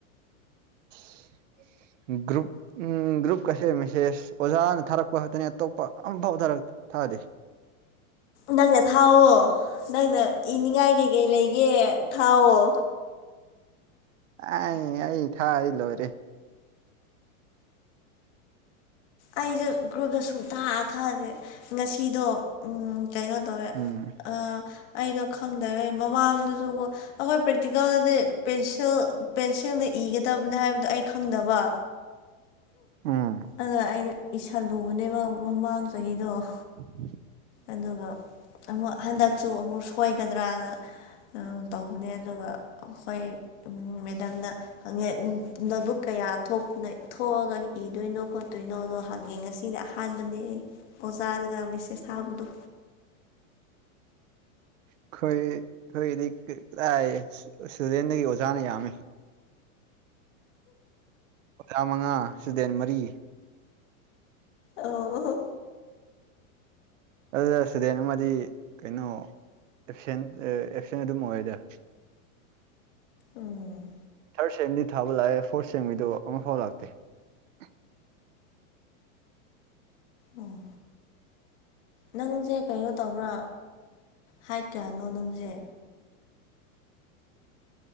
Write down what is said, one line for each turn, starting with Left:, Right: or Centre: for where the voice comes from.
Right: <inaudible> ꯒ꯭ꯔꯨꯞ ꯎꯝ ꯒ꯭ꯔꯨꯞ ꯀꯁꯦ ꯃꯦꯁꯦꯁ ꯑꯣꯖꯥꯅ ꯊꯥꯔꯛꯄ ꯉꯛꯇꯅꯤ ꯑꯇꯣꯞꯄ ꯑꯝꯐꯥꯎ ꯊꯥꯔ ꯑꯗꯦ
Left: ꯅꯪꯅ ꯊꯥꯎꯋ ꯅꯪꯅ ꯏꯅꯤꯡꯉꯥꯏ ꯀꯩꯀꯩ ꯂꯩꯒꯦ ꯊꯥꯎꯋ
Right: ꯑ ꯑꯩ ꯊꯥ ꯂꯣꯏꯔꯦ
Left: ꯑꯩꯁꯨ ꯒ꯭ꯔꯨꯞꯗ ꯁꯨꯡꯇꯥꯊꯛꯁꯦ ꯉꯁꯤꯗꯣ ꯀꯩꯅꯩꯅꯣ ꯇ
Right: ꯎꯝ
Left: ꯑ ꯑꯩꯗꯣ ꯈꯪꯗꯔꯦ ꯃꯃꯥꯡꯗꯁꯨꯀꯣ ꯑꯩꯈꯣꯏ ꯄ꯭ꯔꯦꯛꯇꯤꯀꯦꯜꯗꯗꯤ ꯄꯦꯟꯁꯤꯜ ꯄꯦꯟꯁꯤꯜꯅꯤ ꯏꯒꯗꯕꯅꯤ ꯍꯥꯏꯕꯗꯣ ꯑꯩ ꯈꯪꯗꯕ
Right: ꯎꯝ
Left: ꯑꯗꯨ ꯑꯗꯨ ꯏꯁꯜꯂꯨꯕꯅꯦꯕ ꯃꯃꯥꯡ ꯆꯍꯤꯗꯣ
Right: ꯎ
Left: ꯑꯗꯨꯒ ꯑꯃꯨꯛ ꯍꯟꯗꯛꯁꯨ ꯑꯃꯨꯛ ꯁꯣꯏꯒꯗ꯭ꯔꯥꯅ ꯇꯧꯕꯅꯦ ꯑꯗꯨꯒ ꯑꯩꯈꯣꯏ ꯃꯦꯗꯥꯝꯅꯪꯉꯦ ꯅꯣꯠꯕꯨꯛ ꯀꯌꯥ ꯊꯣꯛꯑꯒ ꯏꯗꯣꯏꯅꯣ ꯈꯣꯠꯇꯣꯏꯅꯣ ꯑꯗꯣ ꯍꯪꯉꯦ ꯉꯁꯤꯗꯤ ꯑꯍꯥꯟꯕꯅꯦ ꯑꯣꯖꯥꯗꯒ ꯃꯤꯠꯁꯦ ꯁꯥꯕꯗꯣ
Right: ꯑꯩꯈꯣꯏ ꯑꯩꯈꯣꯏꯗꯤ ꯀꯗꯥ ꯏꯁꯇꯨꯗꯦꯟꯗꯒꯤ ꯑꯣꯖꯥꯅ ꯌꯥꯝꯃꯤ ꯆꯥꯃꯉꯥ ꯁꯨꯗꯦꯟ ꯃꯔꯤ
Left: ꯑꯣ
Right: ꯑꯗꯨꯗ ꯁꯨꯗꯦꯟ ꯑꯃꯗꯤ ꯀꯩꯅꯣ ꯑꯦꯞꯁꯦꯟ ꯑꯦꯞꯁꯦꯟ ꯑꯗꯨꯝ ꯑꯣꯏꯗ
Left: ꯎꯝ
Right: ꯊꯥꯔꯠ ꯁꯦꯝꯗꯤ ꯊꯥꯕ ꯂꯥꯛꯑꯦ ꯐꯣꯔꯠ ꯁꯦꯝꯕꯤꯗꯣ ꯑꯃꯐꯥꯎ ꯂꯥꯛꯇꯦ <inaudible>
Left: ꯑꯣ ꯅꯪꯁꯦ ꯀꯩꯅꯣ ꯇꯧꯕ꯭ꯔꯥ ꯍꯥꯏ ꯀꯌꯥꯅꯣ ꯅꯪꯁꯦ
Right: ꯎꯝ